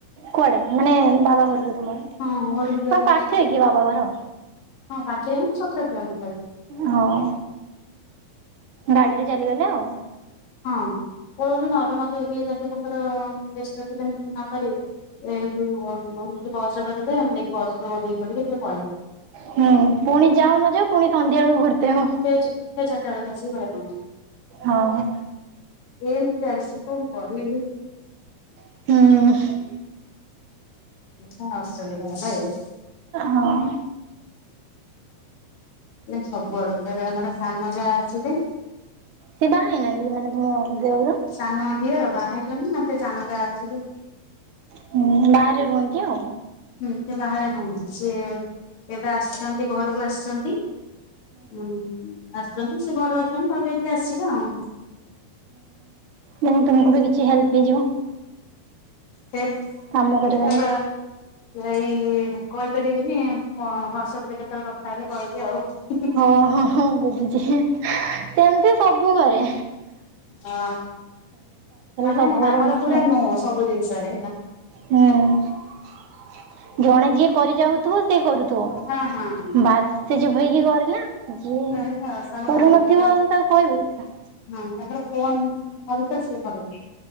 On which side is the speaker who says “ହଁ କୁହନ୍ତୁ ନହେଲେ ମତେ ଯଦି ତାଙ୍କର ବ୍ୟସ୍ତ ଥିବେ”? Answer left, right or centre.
Left